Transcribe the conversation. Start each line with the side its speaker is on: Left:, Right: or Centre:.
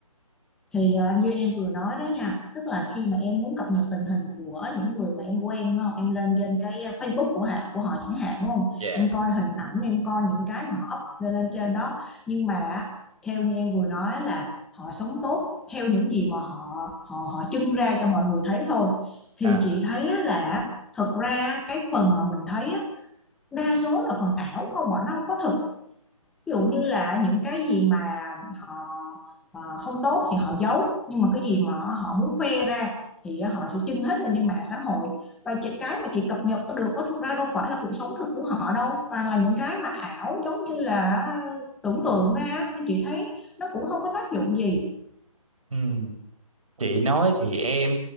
Centre: thì ờ, như em vừa nói đó nha tức là khi mà em muốn cập nhật tình hình của những người mà em quen đúng không em lên trên cái ờ, Facebook của họ của họ chẳng hạn đúng không
Right: dạ
Centre: em coi hình ảnh em coi những cái mà họ up lên lên trên đó nhưng mà á, theo như em vừa nói là họ sống tốt theo những gì mà họ họ họ trưng ra cho mọi người thấy thôi thì
Right: à
Centre: chị thấy á là thật ra cái phần mà mình thấy á, đa số là phần ảo không ạ nó không có thực ví dụ như là những cái gì mà họ ờ, không tốt thì họ giấu nhưng mà cái gì mà họ muốn khoe ra thì họ sẽ trưng hết lên trên mạng xã hội và chỉ- cái mà chị cập nhật được có thực ra đâu phải là cuộc sống thực của họ đâu toàn là những cái mà ảo giống như là ờ, tưởng tượng ra nên chị thấy nó cũng không có tác dụng gì
Right: Ừ. Chị nói thì em